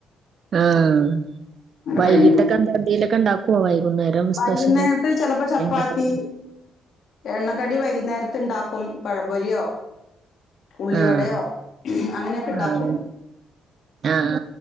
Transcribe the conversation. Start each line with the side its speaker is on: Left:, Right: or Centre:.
Right: ആഹ വൈകിട്ടൊക്കെ
Left: കഴിയുന്നു
Right: എന്താ എന്തേലൊക്കെ ഉണ്ടാക്കുവോ വൈകുന്നേരം
Left: വൈകുന്നേരത്ത്
Right: സ്പെഷ്യല്
Left: ചെിലപ്പോ ചപ്പാത്തി
Right: എണ്ണക്കടികൾ
Left: എണ്ണക്കടി വൈകുന്നേരത്ത ഉണ്ടാക്കും പഴപൊരിയോ ഉള്ളിവടയോ
Right: ആഹ്
Left: അങ്ങനെയൊക്കെണ്ടാക്കും
Right: ആഹ് ആഹ്